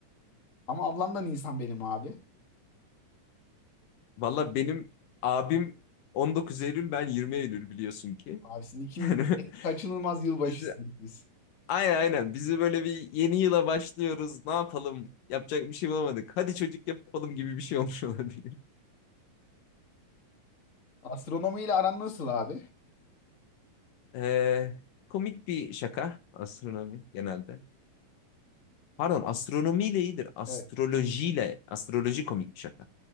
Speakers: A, on the left; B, on the left.
A: Ama ablamdan insan benim abi.
B: Valla benim abim 19 Eylül ben 20 Eylül biliyorsun ki.
A: Abisin ikimiz
B: Yani
A: de
B: <laughs>
A: kaçınılmaz yılbaşısınız
B: bizi,
A: biz.
B: aynen aynen bizi böyle bir yeni yıla başlıyoruz ne yapalım yapacak bir şey bulamadık. Hadi çocuk yapalım gibi bir şey olmuş olabilir.
A: Astronomi ile aran nasıl abi?
B: Ee, komik bir şaka astronomi genelde. Pardon astronomiyle iyidir. Astrolojiyle,
A: Evet.
B: astroloji komik bir şaka.